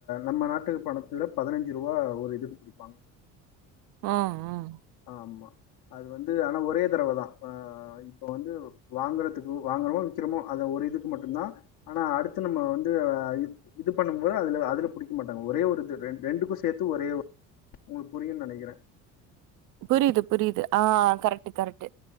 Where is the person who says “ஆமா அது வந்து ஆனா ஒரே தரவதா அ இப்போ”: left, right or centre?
Left